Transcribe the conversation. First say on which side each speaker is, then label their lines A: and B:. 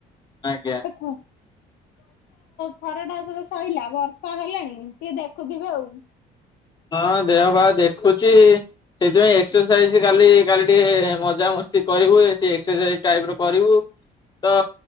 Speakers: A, on the left; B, on the left.
A: ଆଜ୍ଞା
B: ବ <unintelligible> ଖରାଟା ସବୁ ସଇଲା, ବର୍ଷା ହେଲାଣି ଟିକେ ଦେଖୁଥିବେ ଆଉ।
A: ହଁ ଦେହ ପାହ ଦେଖୁଛି। ସେଇଥିପାଇଁ ଏକ୍ସରସାଇଜ କାଲି କାଲି ଟିକେ ମଜାମସ୍ତି କରିବୁ, ସେ ଏକ୍ସରସାଇଜ ଟାଇପ ର କରିବୁ। ତ